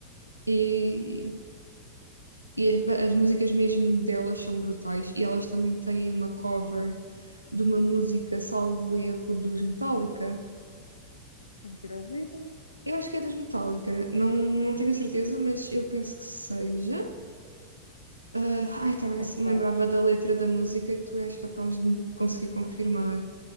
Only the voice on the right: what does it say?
E, e as, ba- as músicas mesmo delas são brutais. E elas também têm uma cover de uma música, salvo erro, dos Metallica.
Eu acho que é dos Metallica, não, não tenho a certeza, mas eu penso que seja. Ah, ai, estava a ver
se me lembrava da letra da música que tu és capaz de conseguir confirmar.